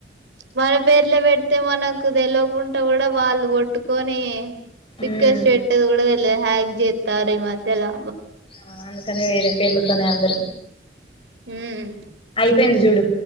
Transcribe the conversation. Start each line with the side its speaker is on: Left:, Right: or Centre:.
Right: మన పేర్లే పెడితే మనకు తెలియకుండా కూడా వాళ్ళు కొట్టుకొని
Left: ఉమ్
Right: రిక్వెస్ట్ పెట్టదు కూడా తెల్వదు హ్యాగ జెతా ఈ మధ్యలా
Left: ఆ అందుకనే వేరే పేర్లతోనే అందరు
Right: ఉమ్
Left: అయిపోయింది చూడు